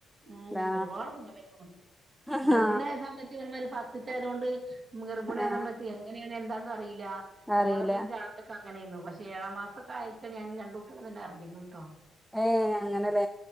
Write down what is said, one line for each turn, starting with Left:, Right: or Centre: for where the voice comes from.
Right: ഉം
Centre: ലാ
Right: ഒരുപാട് എടങ്ങാറായിക്കുണു
Centre: ആഹ്
Right: ഗർഭിണിയായ സമയത്ത് ക്കിവരെമാരി ഫസ്റ്റ്ത്തെആയതുകൊണ്ട് ഗർഭിണി ആയ
Centre: ആഹ്
Right: സമയത്ത് എങ്ങനെയാണ് എന്താന്നറിയില്ല ഓടലും ചാട്ടൊക്കെ
Centre: അറിയില്ല
Right: ഓടലും ചാടലൊക്കെ അങ്ങനെയുന്നു പക്ഷെ ഏഴാ മാസം ഒക്കെ ആയിട്ടാ ഞാൻ രണ്ട് കുട്ട്യാള് തന്നെ അറിഞ്ഞിക്കണ ട്ടോ
Centre: ഏ അങ്ങനെല്ലേ